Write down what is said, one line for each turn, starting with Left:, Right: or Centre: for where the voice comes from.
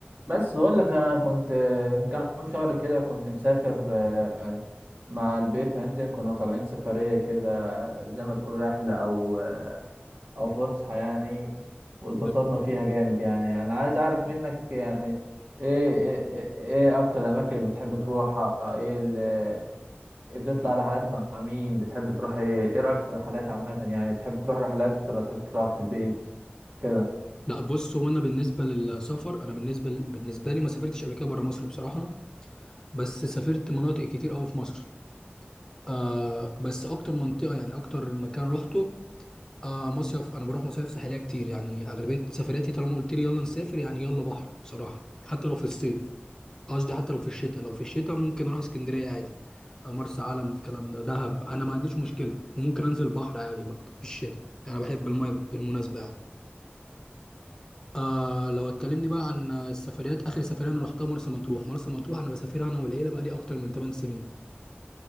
Right: بس بقول لك انا كنت آه، من كام شهر كده كنت مسافر آه، مع البيت عندي كنا طالعين سفرية كده زي ما تقول رحلة او آه، او فسحة يعني واتبسطنا
Left: نعم.
Right: فيها جامد يعني انا عايز اعرف منك يعني ايه ايه, ايه إيه اكتر الاماكن اللي بتحب تروحها ايه اللي بتطلع رحلات مع مين بتحب تروح ايه ايه رايك في الرحلات عامة يعني بتحب تروح رحلات ولا تحب تقعد في البيت كده
Left: لا بص هو انا بالنسبه للسفر انا بالنسبه بالنسبه لي ما سافرتش قبل كده بره مصر بصراحه بس سافرت مناطق كتير قوي في مصر آه بس اكتر منطقه يعني اكتر مكان روحته آه مصيف انا بروح مصايف ساحليه كتير يعني اغلبيه سفرياتي طالما قلت لي يلا نسافر يعني يلا بحر بصراحه حتى لو في الصيف قصدي حتى لو في الشتاء لو في الشتاء ممكن اروح اسكندريه عادي آه مرسى علم الكلام ده دهب انا ما عنديش مشكله وممكن انزل بحر عادي برضه في الشتاء انا بحب المايه بالمناسبه يعني آه لو اتكلمني بقى عن السفريات اخر سفريه انا رحتها مرسى مطروح مرسى مطروح انا بسافرها انا والعيله بقى لي اكتر من 8 سنين